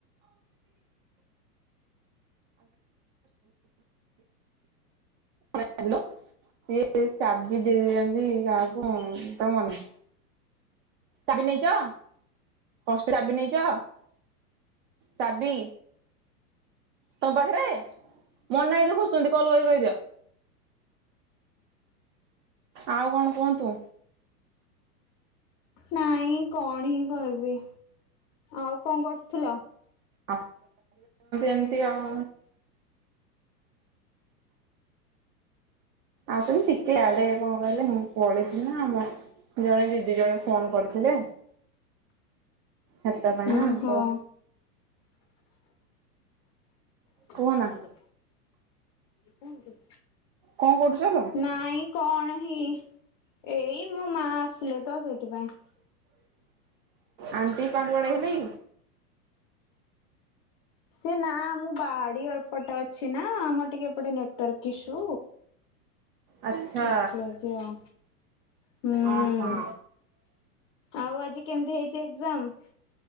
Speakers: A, on the right; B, on the left.
A: ହ୍ୟାଲୋ ସଇଏ ଚାବି ଦେଇ ଦେଇେଇଛନ୍ତି କାହାକୁ ତ ମନେ ଚାବି ନେଇଚ ପଷ୍ଟ ଚାବି ନେଇଚ? ଚାବି। ତମ ପାଖରେ ମୋନାଦି ଖୋଜୁଚନ୍ତି କଲ୍ କରି କହିଦିଅ। ଆଉ କଣ କୁହନ୍ତୁ?
B: ନାଇଁ କଣ ହିଁ କହିବି ଆଉ କଣ କରୁଥିଲ?
A: ଆ ଏମିତି ଆଉ। ଆଉ ତମ ଟିକେ ଆଡେ କଣ କହିଲେ ମୁଁ। ପଳେଥିଲି ନା ଆମ ଜଣେ ଦିଦି ଜଣେ ଫୋନ କରିଥିଲେ ହାତ ପାଇଁ
B: ହୁଁ
A: ନା
B: ହଁ।
A: ତ
B: ସେ
A: କୁହ
B: ଥାନ୍ତୁ,
A: ନା
B: ଯେ କୁହନ୍ତୁ?
A: କଣ କରୁଚଲୋ?
B: ନାଇଁ କଣ ହିଁ ଏଇ ମୋ ମା ଆସିଲେ ତ ସେଥିପାଇଁ।
A: ଆଣ୍ଟି କୁଆଡେ ବାଇହେଲେକି?
B: ସେ ନା ମୁଁ ବାଡି ପଟେ ଅଛି ନା ଆମର ଟିକେ ଏପଟେ ନେଟୱାର୍କ ଇସୁ।
A: ଆଚ୍ଛା
B: ସେଥିଲଗି ଆଉ। ହୁଁ
A: ଓ ହୋ।
B: ଆଉ ଆଜି କେମିତି ହେଇଛି ଏକ୍ଜାମ?